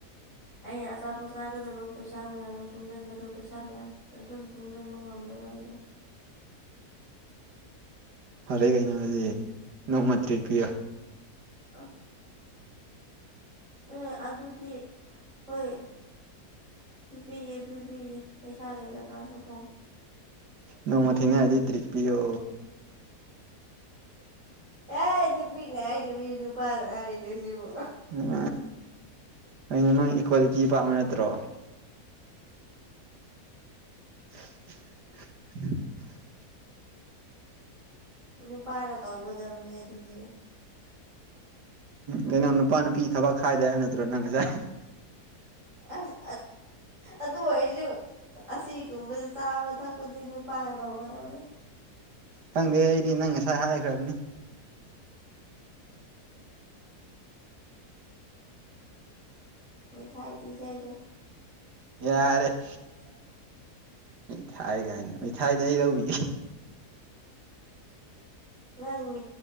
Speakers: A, on the right (about 50°); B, on the right (about 85°).
A: ꯑꯩꯅ ꯑꯆꯥꯄꯣꯠ ꯆꯥꯒꯗꯕ ꯄꯩꯁꯥ ꯃꯌꯥꯝꯗꯣ ꯇꯨꯡꯁꯤꯟꯕꯗꯣ ꯄꯩꯁꯥ ꯃꯌꯥꯝ ꯑꯗꯨꯝ ꯇꯨꯡꯁꯤꯟꯕ ꯉꯝꯃꯦꯕ ꯑꯩꯗꯣ
B: ꯐꯔꯦ ꯀꯩꯅꯣꯖꯤ ꯅꯣꯡꯃ ꯇꯔꯤꯠ ꯄꯤꯣ
A: ꯑ ꯑꯦ ꯑꯗꯨꯗꯤ ꯍꯣꯏ ꯄꯤꯕꯤꯌꯦ ꯄꯤꯕꯤꯌꯦ ꯄꯩꯁꯥ ꯂꯩꯔꯀꯥꯟꯗꯀꯣ
B: ꯅꯣꯡꯃ ꯊꯦꯡꯅꯔꯗꯤ ꯇ꯭ꯔꯤꯠ ꯄꯤꯌꯣ
A: ꯑꯦ ꯅꯨꯄꯤꯅ ꯍꯥꯏꯗꯕꯤ ꯅꯨꯄꯥꯅ ꯍꯥꯏꯅꯦ ꯁꯤꯕꯨ
B: ꯎꯝ ꯎ ꯀꯩꯅꯣ ꯅꯪ ꯏꯀ꯭ꯋꯥꯂꯤꯇꯤ ꯄꯥꯝꯕ ꯅꯠꯇ꯭ꯔꯣ <unintelligible>
A: ꯅꯨꯄꯥꯅ ꯇꯧꯒꯗꯕꯅꯦ ꯑꯗꯨꯗꯤ
B: ꯀꯩꯅꯣ ꯅꯨꯄꯥ ꯅꯨꯄꯤ ꯊꯕꯛ ꯈꯥꯏꯗꯦ ꯍꯥꯏ ꯅꯠꯇ꯭ꯔꯣ ꯅꯪ ꯉꯁꯦ
A: ꯑꯁ ꯑꯗꯨ ꯑꯣꯏꯁꯨ ꯑꯁꯤꯒꯨꯝꯕꯗ ꯆꯥꯕ ꯊꯛꯄꯗꯤ ꯅꯨꯄꯥꯅꯗꯧꯍꯒꯗꯕꯅꯤ
B: ꯈꯪꯗꯦ ꯑꯩꯗꯤ ꯅꯪ ꯉꯁꯥꯏ ꯍꯥꯏꯈ꯭ꯔꯕꯅꯤ <inaudible>
A: ꯃꯤꯊꯥꯏ ꯄꯤꯖꯒꯦ
B: ꯌꯥꯔꯦ
A: ꯌꯥꯔꯦ
B: ꯃꯤ ꯊꯥꯏ ꯀꯥꯏꯅ ꯃꯤ ꯊꯥꯏꯗꯤ ꯑꯩ ꯂꯧꯕꯤ
A: ꯅꯪ ꯃꯤ